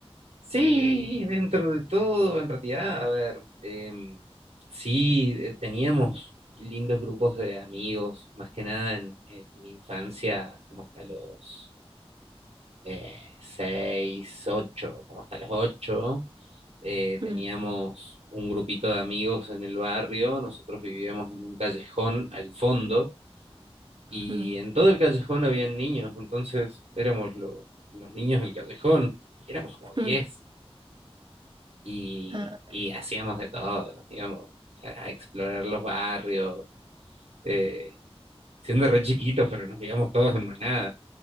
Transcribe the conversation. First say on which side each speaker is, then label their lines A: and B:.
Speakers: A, on the right; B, on the right.
A: Sí, dentro de todo, en realidad, a ver, em, sí, eh, teníamos lindos grupos de amigos, más que nada en, en mi infancia, como hasta los eh, seis, ocho, como hasta las ocho. Eh,
B: <laughs>
A: teníamos un grupito de amigos en el barrio, nosotros vivíamos en un callejón al fondo
B: Mm,
A: y
B: mm,
A: en todo el callejón habían niños, entonces éramos lo- los niños del callejón, y éramos como diez
B: mm.
A: y,
B: Ah,
A: y hacíamos de todo, nos íbamos a, a explorar los barrios, eh, siendo re chiquitos, pero nos íbamos todos en manada.